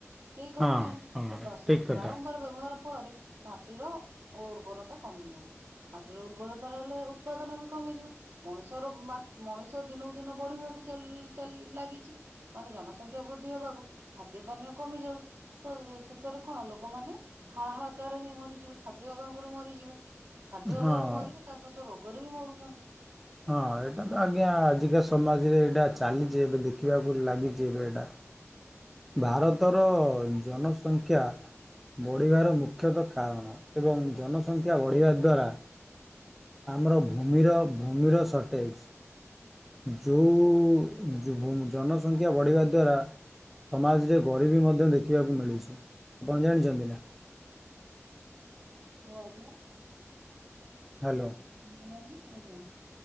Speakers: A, on the right; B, in the centre.
A: କେହି କରିବେନି
B: ହଁ ହଁ
A: ତ ବା ସେଥି
B: ଠିକ କଥା।
A: ବାରମ୍ବାର ବ୍ୟବହାର ଫଳରେ ମାଟିର ଉର୍ବରତା କମି ଯାଉଚି। ମାଟିର ଉର୍ବରତା ରହିଲେ ଉତ୍ପାଦନ ବି କମିଯିବ ମଣିଷର ମା ମଣିଷ ଦିନକୁ ଦିନ ବଢିବାକୁ ଚା ଲି ଚାଲି ଲାଗିଚି। ମାନେ ଜନସଂଖ୍ୟା ବୃଦ୍ଧି ହବାକୁ ଖାଦ୍ୟ ପାନୀୟ କମି ଯାଉଚି। ତ ଶେଷ-ଶେଷରେ କଣ ଲୋକମାନେ ହାହାକାର ହେଇ ମରିଯିବେ। ଖାଦ୍ୟ ଅଭାବରୁ ମରିଯିବେ। ଖାଦ୍ୟ
B: ହଁ।
A: ଅଭାବରୁ ମରିବେ ତା ସହିତ ରୋଗରେ ବି ମରୁଚନ୍ତି।
B: ହଁ ଏଇଟା ତ ଆଜ୍ଞା ଆଜିକା ସମାଜରେ ଏଇଟା ଚାଲିଚି ଏବେ ଦେଖିବାକୁ ଲାଗିଛି ଏବେ ଏଇଟା।
A: ହୁଁ।
B: ଭାରତର ଜନସଂଖ୍ୟା ବଢ଼ିବାର ମୁଖ୍ୟତଃ କାରଣ ଏବଂ ଜନସଂଖ୍ୟା ବଢ଼ିବା ଦ୍ୱାରା ଆମର ଭୂମିର ଭୂମିର ସର୍ଟେଜ। ଯୋଉଁ ଜନସଂଖ୍ୟା ବଢ଼ିବା ଦ୍ୱାରା ସମାଜରେ ଗରିବୀ ମଧ୍ୟ ଦେଖିବାକୁ ମିଳୁଛି ଆପଣ ଜାଣିଚନ୍ତି ନା?
A: ହୁଁ ହୋଉ ଆଜ୍ଞା।
B: ହାଲୋ।
A: ହେଇଗଲାଣି ଆଜ୍ଞା।